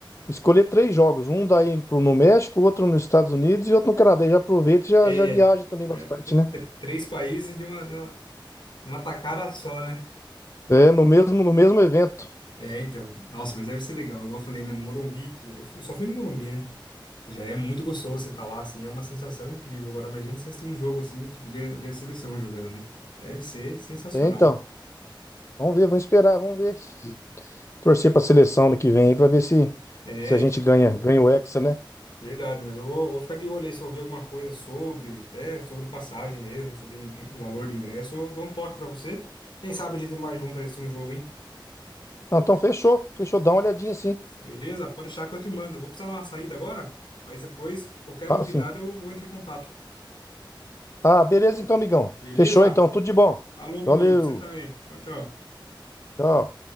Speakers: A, on the left (about 35°); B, on the left (about 70°).
A: escolher três jogos. Um daí pro, no México, outro nos Estados Unidos e outro no Canadá. E já aproveita e já,
B: É,
A: já viaja também
B: é,
A: bastante, né?
B: tr- três países de uma, de uma, uma tacada só, né?
A: É, no mesmo, no mesmo evento.
B: É, então. Nossa, mas deve ser legal. Igual eu falei, né? No Morumbi, que eu fui- só fui no Morumbi, né? Já é muito gostoso você tá lá, assim, é uma sensação incrível. Agora, imagina você assistir um jogo assim, tipo, ver, ver a seleção jogando, né? Deve ser sensacional.
A: É, então. Vamos ver, vamos esperar, vamos ver. se- Torcer pra seleção ano que vem aí pra ver se,
B: É,
A: se a
B: é,
A: gente
B: então.
A: ganha, ganha o Hexa, né?
B: Verdade, mas eu vou, vou ficar de olho aí se eu ver alguma coisa sobre, até sobre passagem mesmo, sobre in- o valor de ingresso, eu dou um toque pra você. Quem sabe a gente não vai junto a esse um jogo, hein?
A: Ah, então fechou, fechou. Dá uma olhadinha sim.
B: Beleza? Pode deixar que eu te mando. Eu vou precisar dar uma saída agora, mas depois, qualquer
A: Ah,
B: novidade,
A: sim.
B: eu, eu entro em contato.
A: Ah, beleza então, amigão.
B: Beleza?
A: Fechou então, tudo de bom.
B: Falou, meu
A: Valeu.
B: amigo. pra Você também. Tchau, tchau.
A: Tchau.